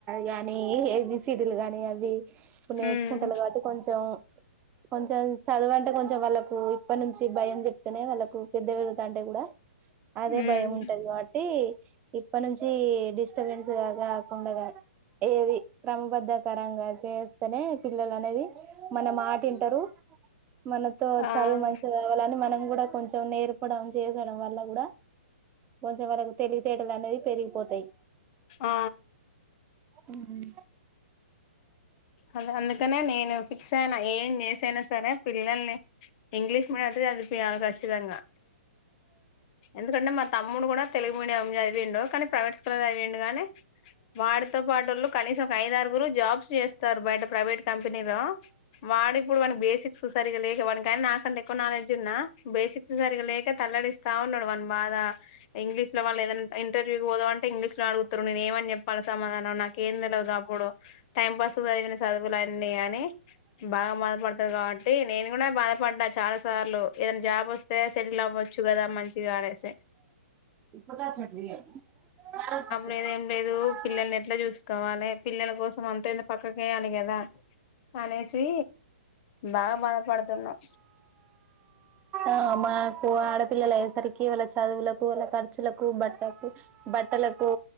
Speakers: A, on the right (about 20°); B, on the left (about 35°).
A: గాని ఇవి సడలు గాని అవి ఇప్పుడు నేర్చుకుంటనాగాబట్టి
B: ఉమ్
A: కొంచెం కొంచెం చదవంటే కొంచెం వాళ్ళలకు ఇప్పటి నుంచి భయం జెప్తేనే వాళ్ళకు పెద్ద వెళ్తా అంటే గూడా అదే
B: ఉమ్
A: భయం ఉంటది గా కబ్ ఇప్పటి నుంచి డిస్టబెన్స్ గా కాకుండా ఏది క్రమబద్ధకరంగా చేస్తేనే పిల్లలు అనేది మనం మాటింటారు మనతో
B: ఆ
A: చదువు మంచిదివాలని మనం కూడా కొెం నేర్పడం చేసడం వల్ల కూడా కొంచెం వాళ్ళకు తెలివితేటలు అనేది పెరిగిపోతాయి
B: ఆ.. ఆ
A: ఉమ్
B: అదే అందుకనే నేను ఫిక్స్ అయినా ఏం చేసైనా సరే పిల్లల్ని ఇంగ్లీష్ మీడియం అయితే చదిపిాలి ఖచ్చితంగా ఎందుకంటే మ తమ్ముడు కూడా తెలుగు మీడియం చదివిండు కానీ ప్రైవేట్ స్కూల్లో చదివిండు కానీ వాడితో పాటోళ్ళు కనీసం ఒక ఐదార్గుర్ ఇ గురు జబ్ చేస్త సర్ బైండప్ ప్రైవేట్ కంపెనీలో వాడి మ్ ఇప్పుడు వానకి బేసిక్స్ సరిగా లేక వాని కానీ నాకుంత ఎక్కువ నాలెడ్జ్ ఉన్నా బేసిక్స్ సరిగా లేక తలడిస్త్ చా ఉన్నాడు వాన్ బాధ ఇంగ్లీష్ లో వాళ్ళ ఏద ఇంటర్వ్యూ పోదా అంటే ఇంగ్లీష్ లో అడుగుతుారు నేను ఏమని చెప్పాలి సమాధానం నాకు ఏం తెలదు అప్పుడు టైం పాస్ చదివిన చదువులన్నీ అని బాగా బదపడుతారు కాబట్టి నేను కూడా బాధపడినా చాలా సార్లు ఏదైనా జాబ్ వస్తే సెటిల్ అవ్వచ్చు కదా మంచి అనేేసి
A: చ అ <unintelligible>
B: లేదు ఏం లేదు పిల్లల్ని ఎట్లా చూసుకోవాలి పిల్లల కోసం అంతెందుక్ పక్కకే అడిగేదాన్ అనేసి బాగా బాధపడుతున్నాం
A: ఆ మాకు ఆడపిల్లయియేసరికి వాళ్ళ చదువులకు వాళ్ళ ఖర్చులకు బట్టలకు బట్టలకు